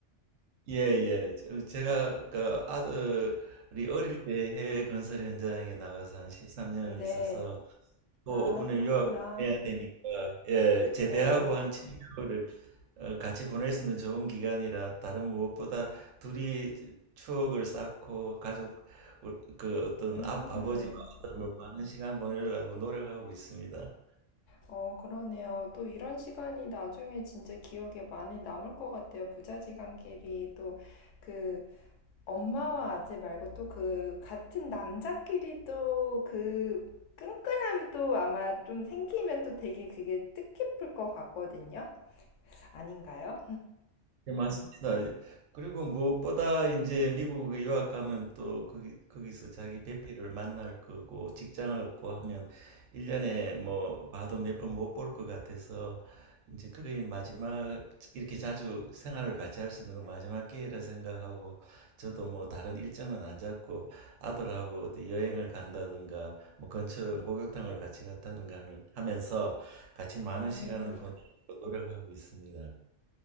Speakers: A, on the right (about 80°); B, on the left (about 75°).
A: 예, 예. 저- 제가 그 아들이 어릴 때 해외 건설 현장에 나가서 한 13년을
B: 네.
A: 있어서 또
B: 아,
A: 오분에
B: 그렇구나.
A: 유학을 보내야 되니까 예, 제대하고
B: 네.
A: 한 7개월을 어, 같이 보낼 수 있는 좋은 기간이라 다른 무엇보다 둘이 추억을 쌓고 가족 그 어떤
B: 음.
A: 아, 아버지와 아들로 많은 시간 보내려고 노력하고 있습니다.
B: 어, 그러네요. 또 이런 시간이 나중에 진짜 기억에 많이 남을 것 같아요. 부자지간끼리 또그 엄마와 아재 말고 또 그 같은 남자끼리 또 그 끈끈함이 또 아마 좀 생기면 또 되게 그게 뜻깊을 것 같거든요. 아닌가요?
A: 네, 맞습니다. 그리고 무엇보다 이제 미국에 유학 가면 또 거기, 거기서 자기 배필을 만날 거고 직장을 얻고 하면 일년에뭐 봐도 몇 번 못 볼 것 같아서 이제 거의 마지막 이렇게 자주 생활을 같이 할 수 있는 건 마지막 기회라 생각하고 저도 뭐 다른 일정은 안 잡고 아들하고 어디 여행을 간다든가 뭐 근처 목욕탕을 같이 갔다든가 하는- 하면서 같이 많은
B: 음,
A: 시간을 보내려고 노력하고 있습니다.